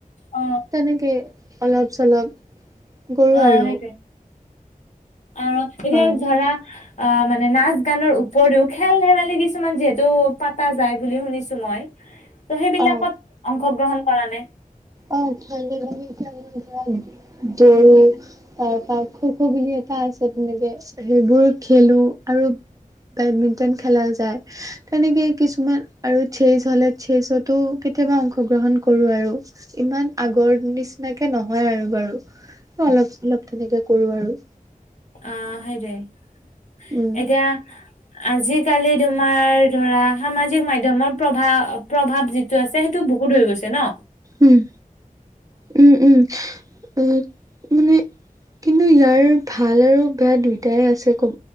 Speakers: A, on the left; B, on the right.
A: অ
B: তেনেকে অলপ-চলপ। কৰো
A: অ
B: আৰু।
A: সেইটোয়ে আৰু এতিয়া
B: অ
A: ধৰা অ', মানে নাচ গানৰ উপৰিও, খেল-ধেমালি কিছুমান যিহেতু পতা যায় বুলি শুনিছোঁ মই। ত' সেইবিলাকত
B: অ
A: অংশগ্ৰহণ কৰা নে?
B: অ', ঠাডা গাম আাৰ দৰু ত পাৰ খ খব আ <unintelligible> এটা আছে, তেনেকে সেইবোৰ খেলো, আৰু বেডমিন্টন খেলা যায়, তেনেকে কিছুমান আৰু চেচ হ'লে চেচতো কেতিয়াবা অংশগ্ৰহণ কৰো আৰু, ইমান আগৰ নিচিনাকে নহয় আৰু বাৰু। অলপ অলপ তেনেকে কৰো আৰু।
A: অ' সেইটোৱেইে
B: উম।
A: এতিয়া আজিকালি তোমাৰ ধৰা সামাজিক মাধ্যমৰ প্ৰভাৱ প্ৰভাৱ যিটো আছে সেইটো বহুত হৈ গৈছে ন?
B: উম, উম, উম। মানে
A: উম
B: কিন্তু ইয়াৰ ভাল আৰু বেয়া দুইটাই আছে ক'ব